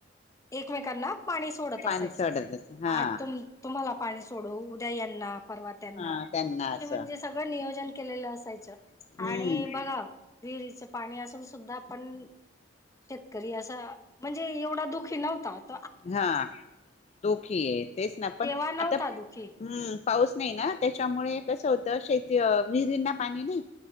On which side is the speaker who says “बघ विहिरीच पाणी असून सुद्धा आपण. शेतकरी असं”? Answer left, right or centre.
Left